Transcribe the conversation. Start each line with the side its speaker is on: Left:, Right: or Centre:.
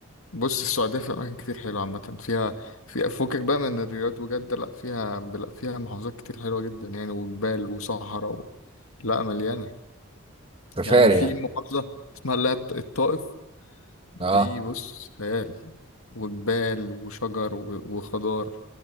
Left: بص السعودية فيها اماكن كتير حلوة عامة فيها فيها فوقك بقى من الرياض وجدة لا فيها لا فيها محافظات كتير حلوة جدا يعني وجبال وصحراء و... لا مليانة
Right: سفاري
Left: يعني في
Right: يعني
Left: محافظة اسمها اللي هي الط- الطائف دي
Right: اه
Left: بص خيال وجبال وشجر و... وخضار